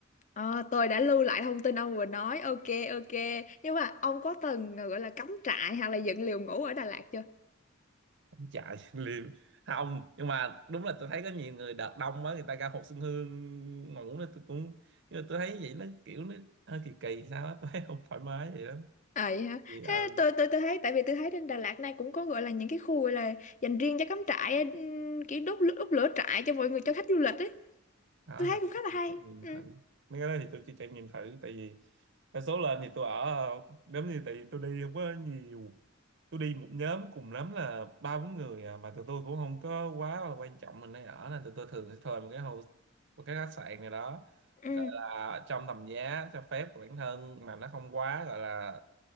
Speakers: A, on the left; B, on the right.
A: ờ, tôi đã lưu lại thông tin ông vừa nói ok ok nhưng mà ông có từng ờ, gọi là cắm trại hoặc là dựng lều ngủ ở Đà Lạt chưa
B: không chạy <laughs> liêm không nhưng mà đúng là tôi thấy có nhiều người đợt đông quá người ta ra Hồ Xuân Hương ngủ nên tôi cũng nhưng mà tôi thấy vậy nó kiểu nó hơi kỳ kỳ sao á <laughs> tôi thấy không thoải mái vậy lắm
A: À vậy hả?
B: thì ừ
A: Thế tôi tôi tôi thấy tại vì tôi thấy trên Đà Lạt này cũng có gọi là những cái khu gọi là dành riêng cho cắm trại ừm, kiểu đốt lửa, đốt lửa trại cho mọi người cho khách du lịch ấy.
B: đó
A: Tôi
B: hả
A: thấy cũng khá là hay.
B: trải nghiệm
A: Ừ.
B: thử mấy cái đó thì tôi chưa trải nghiệm thử tại vì đa số lên thì tôi ở ờ, giống như tại vì tôi đi không có nhiều tôi đi một nhóm cùng lắm là ba bốn người à, mà tụi tôi cũng không có quá là quan trọng mình nơi ở nên tụi tôi thường sẽ thuê một cái hồ một cái khách sạn này đó
A: Ừ.
B: gọi là trong tầm giá cho phép của bản thân mà nó không quá gọi là